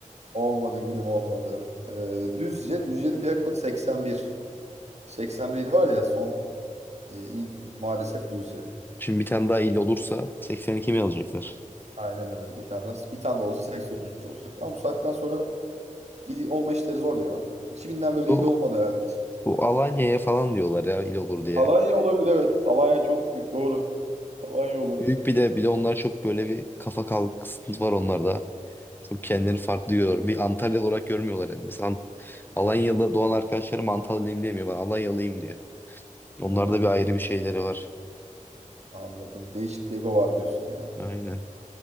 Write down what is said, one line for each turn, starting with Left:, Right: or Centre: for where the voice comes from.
Right: olmadı gülüm olmadı. Ee, Düzce. Düzce'nin plaka kodu 81. 81 il var ya son e, il maalesef Düzce.
Left: Şimdi bir tane daha il olursa 82 mi alacaklar?
Right: Aynen öyle. Bir tane daha, bir tane de olsa 83 olacak. Ama bu saatten sonra il olma işleri zor ya. 2000'den beri
Left: Bu,
Right: il olmadı herhalde.
Left: bu Alanya'ya falan diyorlar ya il olur diye.
Right: Alanya olabilir evet. Alanya çok büyük doğru. Alanya olabilir.
Left: Büyük bir de bir de onlar çok böyle bir kafa kalkıntı var onlarda. Çok kendilerini farklı görüyorlar. Bir Antalyalı olarak görmüyorlar yani. Mesela Ant- Alanya'da doğan arkadaşlarım Antalyalıyım demiyor. Ben Alanyalıyım diyor. Onlarda
Right: Hmm,
Left: bir ayrı bir şeyleri var.
Right: Anladım. Değişik bir ego var diyorsun yani.
Left: Aynen.